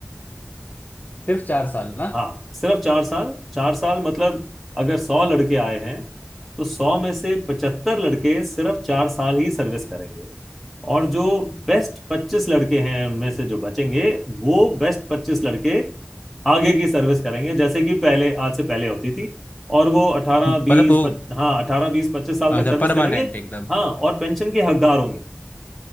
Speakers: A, on the left (about 40°); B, in the centre.
A: सिर्फ चार साल ना
B: हाँ सिर्फ चार साल चार साल मतलब अगर सौ लड़के आए हैं तो सौ में से पचहत्तर लड़के सिर्फ चार साल ही सर्विस करेंगे और जो बेस्ट पच्चीस लड़के हैं उनमें से जो बचेंगे वो बेस्ट पच्चीस लड़के आगे की सर्विस करेंगे जैसे कि पहले आज से पहले होती थी और वो अठारह
A: मतलब
B: बीस
A: वो
B: हाँ अठारह बीस पच्चीस साल तक
A: अच्छा
B: सर्विस
A: परमानेंट
B: करेंगे
A: एकदम
B: हाँ और पेंशन के हकदार होंगे